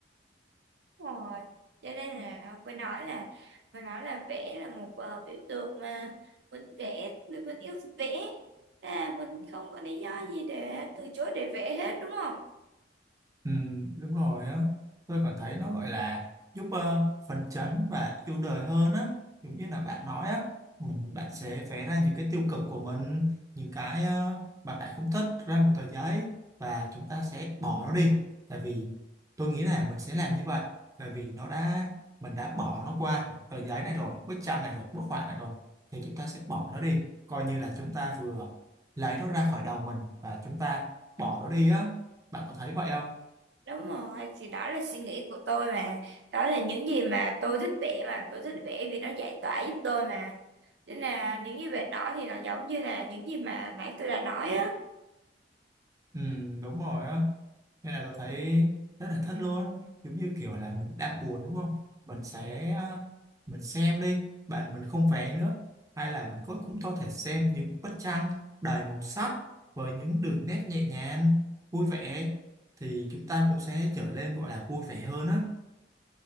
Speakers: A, on the right; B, on the right.
A: Đúng rồi cho nên là ờ, phải nói là phải nói là vẽ là một ờ, biểu tượng mà mình vẽ mình mình yêu thích vẽ à, mình không có lý do gì để từ chối để vẽ hết đúng không
B: Ừ, đúng rồi á tôi còn thấy nó gọi là giúp ờ, phấn chấn và yêu đời hơn á giống như là bạn nói á mình bạn sẽ vẽ ra những cái tiêu cực của mình những cái ờ, mà bạn không thích ra một tờ giấy và chúng ta sẽ bỏ nó đi tại vì tôi nghĩ là mình sẽ làm như vậy tại vì nó đã mình đã bỏ nó qua tờ giấy này rồi bức tranh này rồi bức họa này rồi thì chúng ta sẽ bỏ nó đi coi như là chúng ta vừa lấy nó ra khỏi đầu mình và chúng ta bỏ nó đi á bạn có thấy vậy không
A: đúng rồi thì đó là suy nghĩ của tôi mà đó là những gì mà tôi thích vẽ mà tôi thích vẽ vì nó giải tỏa giúp tôi mà nên là những gì bạn nói thì nó giống như là những gì mà nãy tôi đã nói á
B: Ừ, đúng rồi á nên là tôi thấy rất là thích luôn giống như kiểu là mình đang buồn đúng không mình sẽ ờ, mình xem đi bạn mình không vẽ nữa hay là mình có cũng có thể xem những bức tranh đầy màu sắc với những đường nét nhẹ nhàng vui vẻ thì chúng ta cũng sẽ trở nên gọi là vui vẻ hơn á